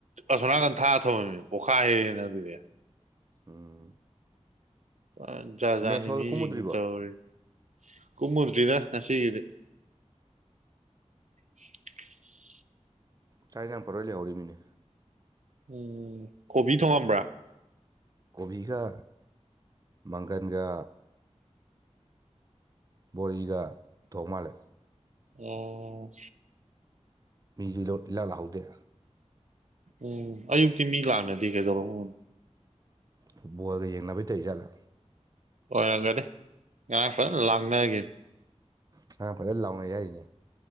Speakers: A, on the right; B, on the right.
A: ꯑꯁꯣꯅꯥꯀꯟ ꯊꯥ ꯊꯝꯃꯝꯃꯤꯅꯤ ꯄꯣꯛꯈꯥꯏ ꯔꯦꯅ ꯑꯗꯨꯗꯤ
B: ꯎꯝ
A: ꯑ ꯖꯥꯠ ꯖꯥꯠꯅꯤ
B: ꯃꯦꯁꯣꯜ
A: ꯃꯤꯁꯤꯡꯁꯤ
B: ꯀꯨꯝꯃꯨꯗ꯭ꯔꯤꯕꯣ
A: ꯇꯧꯔꯤ ꯀꯨꯝꯃꯗꯔꯤꯗ ꯉꯁꯤꯒꯤꯗꯤ <inaudible>
B: ꯆꯥꯛ ꯍꯤꯟꯖꯥꯡ ꯄꫭꯠꯂꫭꯏ ꯂꯩꯍꯧꯔꯤꯃꯤꯅꯦ
A: ꯎꯝ ꯀꯣꯕꯤ ꯊꫭꯡꯉꯝꯕ꯭ꯔꯥ <inaudible>
B: ꯀꯣꯕꯤꯒ ꯃꯪꯒꯟꯒ ꯕꯣꯔꯤꯒ ꯊꯣꯡꯃꯥꯜꯂꯦ
A: ꯑꯣ
B: ꯃꯤꯁꯨ ꯂꯣꯠ ꯏꯂꯥꯛ ꯂꯥꯛꯍꯧꯗꯦ
A: ꯎꯝ ꯑꯌꯨꯛꯇꯤ ꯃꯤ ꯂꯥꯛꯅꯗꯦ ꯀꯩꯗꯧꯔꯕꯅꫭ
B: ꯐꯨꯠꯕꫭꯜꯒ ꯌꯦꯡꯅꯕꯩ ꯇꯧꯔꯤ ꯖꯥꯠꯂꯥ
A: ꯑꯣꯏꯔꯝꯒꯅꯤ ꯉꯔꯥꯡ ꯐꯖ ꯂꯥꯡꯅꯒꯤꯝ
B: ꯉꯔꯥꯡ ꯐꯖꯅ ꯂꯥꯎꯩꯅ ꯌꯥꯏꯔꯤꯅꯦ